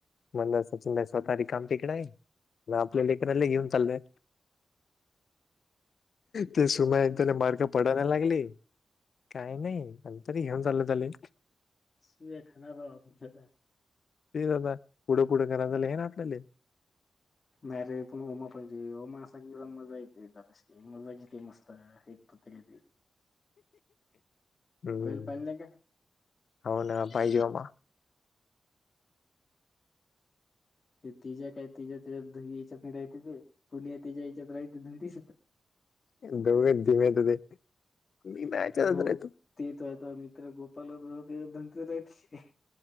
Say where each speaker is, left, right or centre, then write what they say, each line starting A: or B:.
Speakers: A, on the left; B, on the left.
A: म्हण ला असेल सचिनदाई स्वतः ही काम तिकडे आहे म आपल्या लेकरांना घेऊन चालूय ते सुमायन तने मारग पडाना लागली काही नाही आणिंतरी घेऊन चाललं ले
B: सुया खाणार राव आपण
A: आदा पुढं पुढं करा झा हे नाटलेले.
B: मॅरेज पण होमा पाहिजे होमा अस क मजा येते तरर. मजा किती मस्त एक तर तरी.
A: हम्म
B: पाहिलं नाही का
A: हो ना पाहिजे आमा.
B: ते ति ज्या काय तिज्या त्याच्यात याच्यात राहते ते पुणी तिच्या्या याच्यात राहते
A: दघ धीमेत ते मी <inaudible>
B: गो ते त आता मित्र गोपाल ते बनतेच राह